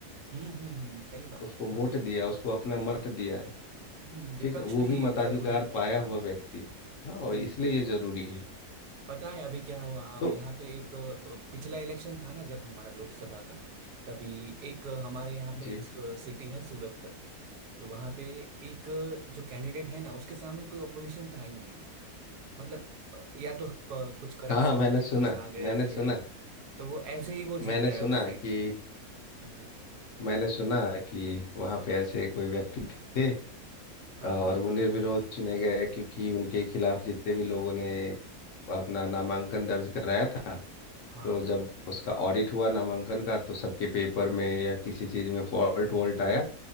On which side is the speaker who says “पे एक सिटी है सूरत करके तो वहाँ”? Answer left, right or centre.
Right